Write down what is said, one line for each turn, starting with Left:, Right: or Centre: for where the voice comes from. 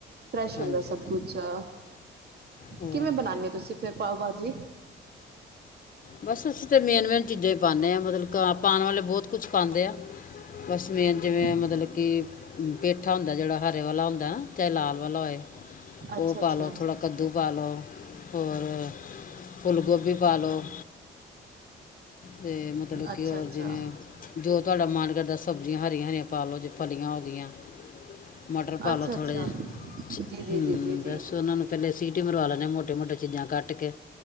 Right: ਫਰੈਸ਼
Left: ਹਾਂਜੀ
Right: ਹੁੰਦਾ ਸਭ ਕੁਛ ਆ
Left: ਹੋਰ
Right: ਕਿਵੇਂ ਬਣਾਣੇ ਓ ਫ਼ੇਰ ਤੁਸੀਂ ਪਾਓ ਬਾਜੀ
Left: ਬਸ ਅਸੀਂ ਤਾਂ ਮੇਨ -ਮੇਨ ਚੀਜ਼ਾਂ ਈ ਪਾਣੇ ਆ ਮਤਲਬ ਪਾਣ ਵਾਲੇ ਬਹੁਤ ਕੁਛ ਪਾਂਦੇ ਆ ਬਸ ਮੇਨ
Right: ਜੀ
Left: ਜਿਵੇਂ ਮਤਲਬ ਕਿ ਪੇਠਾ ਹੁੰਦਾ ਜਿਹੜਾ ਹਰੇ ਵਾਲਾ ਹੁੰਦਾ ਨਾ ਚਾਹੇ ਲਾਲ ਵਾਲਾ ਹੋਏ
Right: ਅੱਛਾ
Left: ਉਹ
Right: ਅੱਛਾ
Left: ਪਾ ਲਓ ਥੋੜ੍ਹਾ ਕੱਦੂ ਪਾ ਲਓ ਹੋਰ ਫੁੱਲ ਗੋਭੀ ਪਾ ਲਓ ਤੇ ਮਤਲਬ
Right: ਅੱਛਾ
Left: ਕਿ ਹੋਰ
Right: ਅੱਛਾ
Left: ਜਿਵੇਂ ਜੋ ਤੁਹਾਡਾ ਮਨ ਕਰਦਾ ਸਬਜ਼ੀਆਂ ਹਰੀਆਂ-ਹਰੀਆਂ ਪਾ ਲਓ ਜੇ ਫਲੀਆਂ ਹੋ ਗਈਆਂ ਮਟਰ ਪਾ
Right: ਅੱਛਾ
Left: ਲਓ ਥੋੜ੍ਹੇ
Right: ਅੱਛਾ
Left: ਜੇ
Right: ਜੀ ਜੀ
Left: ਹੁ
Right: ਜੀ ਜੀ ਜੀ
Left: ਬਸ ਉਹਨਾਂ ਨੂੰ ਪਹਿਲੇ ਸੀਟ ਮਰਵਾ ਲੈਣੇ ਹ ਮੋਟੇ- ਮੋਟੇ ਚੀਜ਼ਾਂ ਕੱਟ ਕੇ